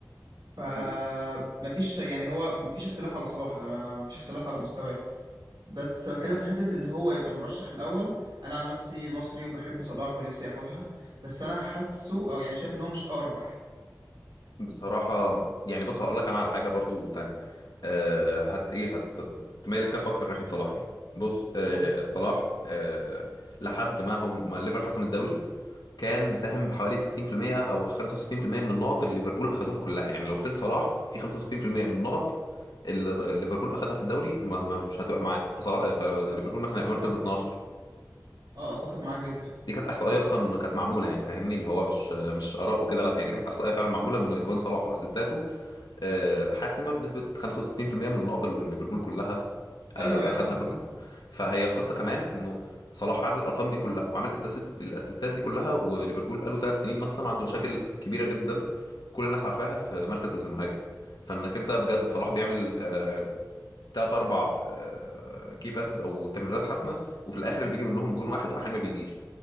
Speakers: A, on the right (about 80°); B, on the left (about 75°).
A: فمفيش
B: و-
A: يعني هو مفيش اختلاف على صلاح انا مفيش اختلاف على مستواه بس بتكلم في حتة إن هو يبقى المرشح الأول أنا عن نفسي مصري وبحب صلاح ونفسي ياخدها بس أنا حاسه أو يعني شايف إن هو مش أقرب واحد
B: بصراحه يعني بص هقول لك انا على حاجه برضو تاني أه هت ايه هت تميل الكف اكتر ناحيه صلاح يعني بص أه
A: قول
B: صلاح أه لحد ما هم ما ليفر حسم الدوري كان مساهم بحوالي 60% او 65% من النقط اللي ليفربول اخذوها كلها يعني لو شلت صلاح في 65% من النقط اللي ليفربول اخذها في الدوري ما ما- مش هتبقى معاه فصلاح فليفربول
A: أت-
B: مثلا يبقى
A: أتفق
B: مركز 12
A: أه أتفق معاك جدا
B: دي كانت احصائيه اصلا كانت معموله يعني فاهمني اللي هو مش مش اراء وكده لا هي دي كانت احصائيه فعلا معموله ان اجوان صلاح واسيستاته آه، حاسمه بنسبه 65% من النقط اللي ليفربول كلها آه،
A: أيوه
B: اللي
A: أيوه
B: اخذها
A: فاهمك
B: كلها
A: فاهم
B: فهي القصه كمان انه صلاح عامل الارقام دي كلها وعامل اسيست الاسيستات دي كلها وليفربول بقاله ثلاث سنين مثلا عنده مشاكل كبيره جدا كل الناس عارفاها في مركز المهاجم فانك انت بجد صلاح بيعمل آه تلات اربع آه كي باسز او تمريرات حاسمه وفي الاخر اللي بيجي منهم جون واحد واحيانا ما بيجيش